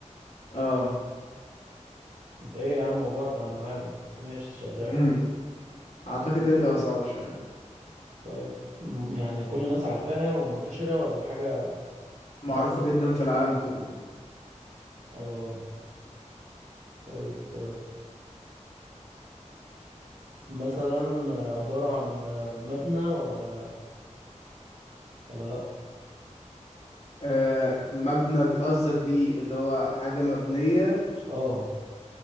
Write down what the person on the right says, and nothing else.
انت ايه يا عم موضوعك مع المعالم بس ماشي
شغال
طيب م- يعني كل الناس عارفاها ومنتشرة ولا حاجة
غامضة
حلوة أوي طيب مثلا عبارة عن مبنى ولا ولا لأ؟
اه